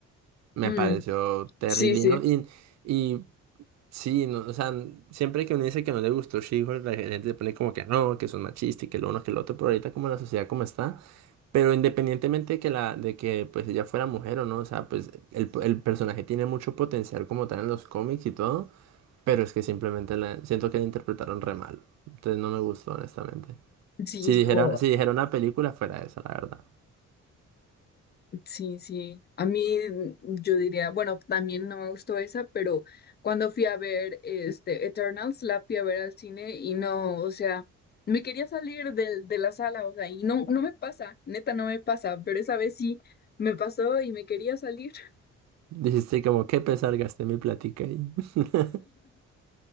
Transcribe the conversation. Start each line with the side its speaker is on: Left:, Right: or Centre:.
Right: Me
Left: Mm,
Right: pareció terrible
Left: sí, sí.
Right: y, no- y, y Sí, no, o sea, siempre que uno dice que no le gustó She-Hulk, la gente se pone como que no, que son machistas y que lo uno, que lo otro, pero ahorita como la sociedad como está, pero independientemente de que la, de que pues ella fuera mujer o no, o sea, pues el, el personaje tiene mucho potencial como tal en los cómics y todo, pero es que simplemente la, siento que la interpretaron re mal, entonces no me gustó honestamente.
Left: Sí,
Right: Si
Left: estuvo,
Right: dijera, si dijera una película fuera esa, la verdad.
Left: sí, sí. A mí mm, yo diría, bueno, también no me gustó esa, pero cuando fui a ver este Eternals, la fui a ver al cine y no, o sea, me quería salir del, de la sala, o sea, y no, no me pasa, neta no me pasa, pero esa vez sí me pasó y me quería salir. <laughs>
Right: Dijiste como, qué pesar, gasté mi platica ahí. <laughs>